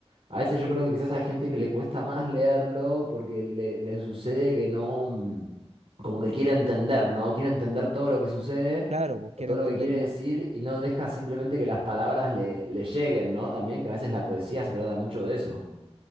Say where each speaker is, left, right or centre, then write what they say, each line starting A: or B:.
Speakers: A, on the right; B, on the right.
A: a veces yo creo que quizás hay gente que le cuesta más leerlo porque le, le sucede que no, mm, como que quiere entender, ¿no? Quiere entender todo lo que sucede
B: Claro, pues
A: o
B: quiere
A: todo
B: entender
A: lo que quiere
B: y
A: decir
B: no.
A: y no deja simplemente que las palabras le, le lleguen, ¿no? También que a veces la poesía se trata mucho de eso.